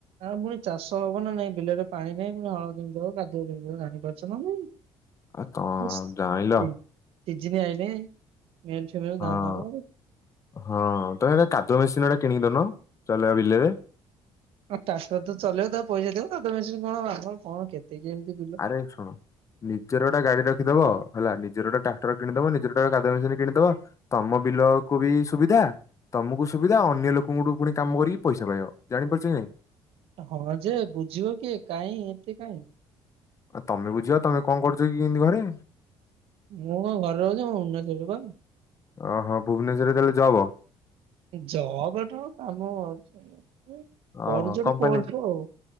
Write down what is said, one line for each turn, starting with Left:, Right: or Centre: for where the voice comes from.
Right: ଆଁ ପୁଣି ଚାଷ ହବ ନା ନାଇଁ ବିଲରେ ପାଣି ନାଇଁ ପୁଣି ହଳ କେମିତି ହବ କାଦୁଅ କେମିତି ହବ ଜାଣିପାରୁଛ ନା ନାଇଁ।
Left: ଆ ତ
Right: ହୁଷ
Left: ଜାଣିଲ
Right: ହେଇ ସିଜିନ ଆଇଲାଣି ମେଲଛ ବେଳେ ଦାଉଁ
Left: ହଁ।
Right: ଦାଉଁ ହବ।
Left: ହଁ ତମେ ଏଟ କାଦୁଅ ମେସିନ୍ କିଣି ଦଉନ ଚଲେଇବା ବିଲରେ।
Right: ଟାସର୍ ତ ଚେଲେଇବୁ ତାକୁ ପଇସା ଦବୁ ହାତ ମେସିନ କଣ ହବ। ଆମର କଣ କେତେ କି ଏମିତି ବି
Left: ଏ ଶୁଣ ନିଜର ଗୋଟ ଗାଡି ରଖିଦବ ହେଲା ନିଜର ଗୋଟ ଟ୍ରାକଟର କିଣିଦବ ନିଜର ଗୋଟେ <unintelligible> ମେସିନ କିଣିଦବ। ତମ ବିଲକୁ ବି ସୁବିଧା ତମକୁ ସୁବିଧା ଅନ୍ୟ ଲୋକଙ୍କୁଠୁ ପୁଣି କାମ କରିକି ପଇସା ପାଇବ ଜାଣିପାରୁଛ କି ନାଇଁ।
Right: ହଁ ଯେ ବୁଝିବ କିଏ କାଇଁ ଏତେ କାଇଁ
Left: ଆଉ ତମେ ବୁଝିବ ତମେ କଣ କରୁଛ କି ଇଁତି ଘରେ।
Right: ମୁଁ କଣ ଘରେ ରହୁଛି ମୁ ଭୁବନେଶ୍ୱରରେ ପା।
Left: ଓହୋ ଭୁବନେଶ୍ୱରରେ ତାହେଲେ ଜବ୍।
Right: ଜବ ନୁହେଁ କାମ ଅଛି କରୁଚୁ
Left: ଓହୋ
Right: ଗୋଟେ
Left: କମ୍ପାନୀ
Right: କ୍ରୋଶ ଆଉ।